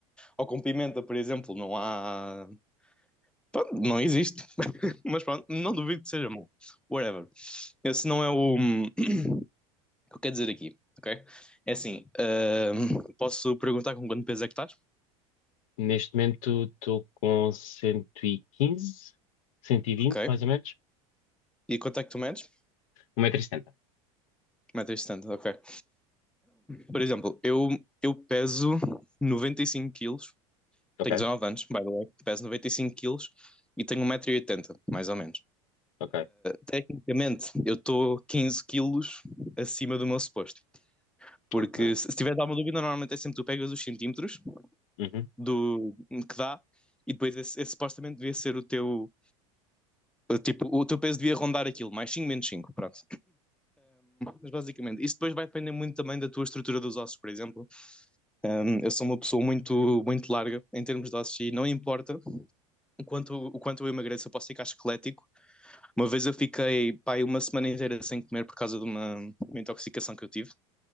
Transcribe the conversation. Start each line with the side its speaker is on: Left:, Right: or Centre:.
Centre: Ou com pimenta, por exemplo, não há. Pronto, não existe. <laughs> Mas pronto, não duvido que seja bom. Whatever. Esse não é o o que eu quero dizer aqui, ok? É assim, ahm, posso perguntar com quanto peso é que estás?
Left: Neste momento estou com cento cento e quinze, cento e vinte,
Centre: Ok.
Left: mais ou menos.
Centre: E quanto é que tu medes?
Left: 1,70m.
Centre: 1,70m, ok. Por exemplo, eu, eu peso 95 quilos,
Left: Ok,
Centre: tenho 19 anos, by the way, peso 95 quilos e tenho um metro e oitenta mais ou menos.
Left: ok,
Centre: Tecnicamente, eu estou 15 quilos acima do meu suposto. Porque
Left: ok.
Centre: se se tiveres alguma dúvida, normalmente é sempre tu pegas os centímetros
Left: Uhum,
Centre: do que dá e depois esse, esse supostamente devia ser o teu. Tipo, o teu peso devia rondar aquilo, mais 5 menos 5 pronto. Mas basicamente, isso depois vai depender muito também da tua estrutura dos ossos, por exemplo. Hum, Eu sou uma pessoa muito, muito larga em termos de ossos e não importa o quanto, o quanto eu emagreço, eu posso ficar esquelético. Uma vez eu fiquei, pá, uma semana inteira sem comer por causa de uma, uma intoxicação que eu tive